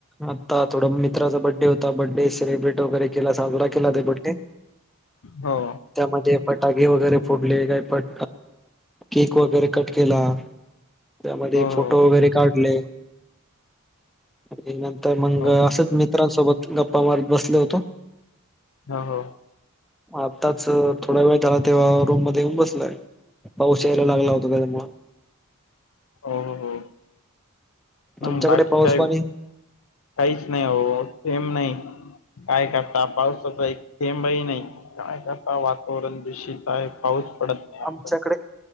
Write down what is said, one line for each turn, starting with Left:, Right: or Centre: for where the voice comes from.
Centre: आता थोडा मित्राचा बड्डे होता बर्थडे सेलिब्रेट वगैरे केला साजरा केला ते बडडे
Left: हो.
Centre: त्यामध्ये पटाके वगैरे फोडले काही पट केक वगैरे कट केला. त्यामध्ये
Left: हो हो
Centre: फोटो वगैरे काढले. आणि नंतर मंग
Left: हो
Centre: असंच मित्रांसोबत गप्पावर बसल होतो.
Left: हो हो.
Centre: आत्ताच थोडा वेळ ला तेव्हा रूम मध्ये येऊन बसलाय पाऊस यायला लागला होता त्याच्यामु
Left: हो हो हो मग
Centre: तुमच्याकडे
Left: बाकी
Centre: पाऊस
Left: काय?
Centre: पाणी
Left: काहीच नाही हो सेम नाही. काय करता पावसाचा एक थेंबही नाही काय करता वातावरण दूषित आहे. पाऊस पडत नाही आमचा
Centre: आमच्याकडे